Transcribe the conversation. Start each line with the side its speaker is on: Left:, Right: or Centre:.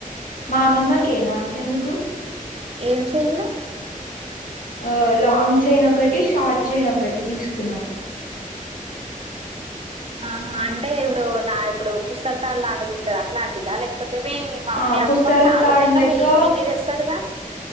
Left: మా అమ్మమ్మకే నాకెందుకు
Right: ఏం చేయనులు
Left: ఆ లాంగ్ చైన్ ఒకటి షార్ట్ చైన్ ఒకటి తీసుకున్నాం
Right: ఆహ అంటే ఇప్పుడు నా ఇప్పుడు పుస్తెలతాడు లాగుటు ఉంటదా అట్లాంటిదా లేకపోతే ఏమి మమ్మీ
Left: ఆ
Right: అమ్మమ్మకు
Left: పుస్తల
Right: చాలుంటాయిగా
Left: తాడు లెక్క
Right: మీ పిన్ని తెస్తదిగా